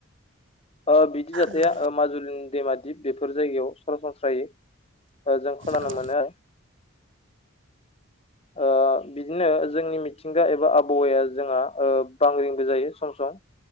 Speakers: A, on the left; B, on the right.
A: ओ बिदि जाथाया
B: नंगौ
A: माजुलि दैमा दिब बेफोर जायगायाव सरासनस्रायै जों खोनानो
B: औ औ खहा जानायखौ औ
A: मोनो। <inaudible> ओ बिदिनो जोंनि मिथिंगा एबा आबहावाया जोंहा ओ बांग्रिंबो जायो सम सम